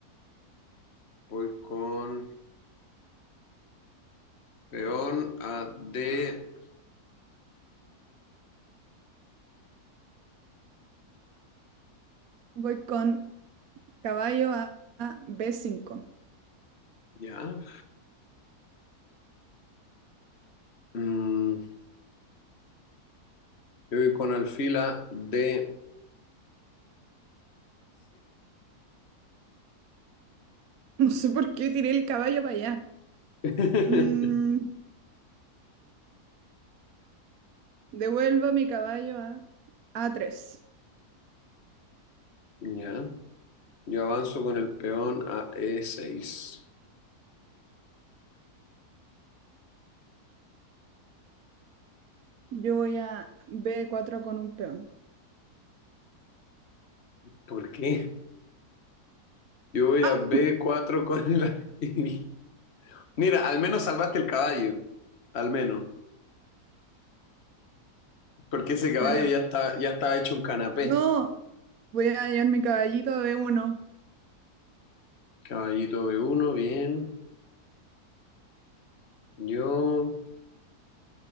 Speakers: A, on the left; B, on the right.
A: Voy con peón a D5.
B: Voy con caballo a a b cinco.
A: ¿Ya? Mm, yo voy con alfil a D7.
B: <laughs> No sé por qué tiré el caballo para allá.
A: <laughs>
B: Mm, devuelvo mi caballo a a tres
A: ¿Ya? Yo avanzo con el peón a E6.
B: Yo voy a b cuatro con un peón.
A: ¿Por qué? Yo voy
B: ¡Ah!
A: a B4 con el alfil. Mira, al menos salvaste el caballo. Al menos. Porque ese caballo
B: Bueno,
A: ya está, ya estaba hecho un canapé.
B: no. Voy a llevar mi caballito a B1.
A: Caballito B1, bien. Yo